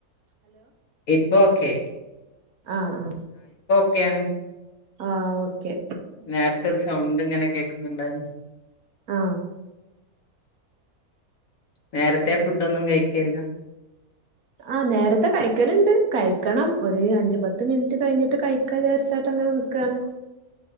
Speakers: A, on the left (about 65°); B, on the right (about 70°).
A: ഇപ്പൊ ഓക്കെ
B: അ ആ
A: ഒക്കെയാണ്
B: ആ ഓക്കെ
A: നേരത്തെ ഒരു സൗണ്ട് ഇങ്ങനെ കേക്കുന്നുണ്ടായിരുന്നു
B: ആ
A: നേരത്തെ ഫുഡ് ഒന്നും കഴിക്കലില്ല
B: ആഹ് നേരത്തെ കഴിക്കലുണ്ട് കഴിക്കണം ഒരു അഞ്ചു പത്ത് മിനിറ്റ് കഴിഞ്ഞിട്ട് കഴിക്കാ വിചാരിച്ചാട്ട ഇങ്ങനെ നിക്കാണ്